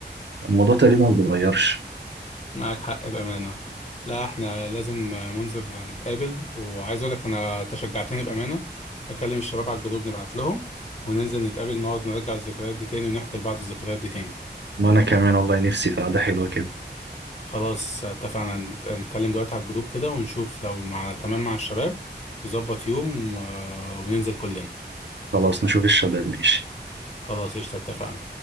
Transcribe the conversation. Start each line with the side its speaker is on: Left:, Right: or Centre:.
Right: الموضوع تقريبا ما بيتغيرش
Left: معاك حق بأمانة لا احنا لازم آه، منزل نتقابل وعايز اقول لك انا انت شجعتني بأمانة اكلم الشباب على الجروب نبعت لهم وننزل نتقابل نقعد نرجع الذكريات دي تاني ونحكي لبعض الذكريات دي تاني
Right: وأنا كمان والله نفسي في قعدة حلوة كده
Left: خلاص آه، اتفقنا نت- نتكلم دلوقتي على الجروب كده ونشوف لو مع تمام مع الشباب نظبط يوم آه، وننزل كلنا
Right: خلاص نشوف الشباب ماشي
Left: خلاص قشطة اتفقنا